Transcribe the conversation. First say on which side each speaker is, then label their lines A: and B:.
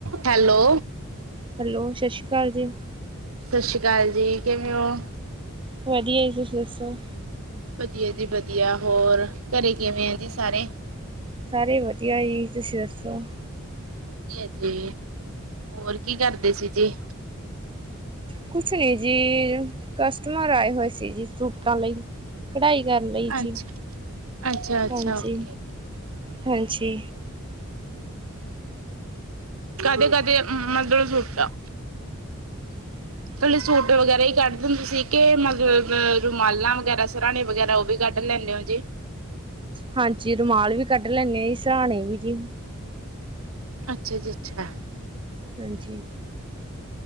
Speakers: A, on the right; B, on the right.
A: Hello
B: hello, ਸਤਿ ਸ਼੍ਰੀ ਅਕਾਲ ਜੀ
A: ਸਤਿ ਸ਼੍ਰੀ ਅਕਾਲ ਜੀ, ਕਿਵੇਂ ਉਂ।
B: ਵਧੀਆ ਜੀ, ਤੁਸੀਂ ਦੱਸੋ।
A: ਵਧੀਆ ਜੀ ਵਧੀਆ ਹੋਰ, ਘਰੇ ਕਿਵੇਂ ਐ ਜੀ ਸਾਰੇ।
B: ਸਾਰੇ ਵਧੀਆ ਜੀ, ਤੁਸੀਂ ਦੱਸੋ।
A: ਵਧੀਆ ਜੀ, ਹੋਰ ਕੀ ਕਰਦੇ ਸੀ ਜੀ।
B: ਕੁਛ ਨਹੀਂ ਜੀ, ਕਸਟਮਰ ਆਏ ਹੋਏ ਸੀ ਜੀ ਸੂਟਾਂ ਲਈ। ਕਢਾਈ ਕਰਨ ਲਈ
A: ਅੱਛਾ
B: ਜੀ,
A: ਅੱਛਾ ਅੱਛਾ
B: ਹਾਂਜੀ,
A: ਓਕੇ
B: ਹਾਂਜੀ।
A: ਕਦੇ ਕਦੇ ਮਤਲਬ ਸੂਟਾ
B: <inaudible>
A: ਕਲੇ ਸੂਟ ਵਗੈਰਾ ਹੀ ਕੱਢ ਦਿੰਦੇ ਸੀ ਕਿ ਮਤਲਬ ਰੁਮਾਲਾਂ ਵਗੈਰਾ ਸਰਾਣੇ ਵਗੈਰਾ ਉਹ ਵੀ ਕੱਢ ਲੈਂਦੇ ਹੋ ਜੀ।
B: ਹਾਂਜੀ, ਰੁਮਾਲ ਵੀ ਕੱਢ ਲੈਂਦੇ ਹਾਂ, ਸਰਾਣੇ ਵੀ ਜੀ।
A: ਅੱਛਾ ਜੀ ਅੱਛਾ
B: ਹੋਰ ਜੀ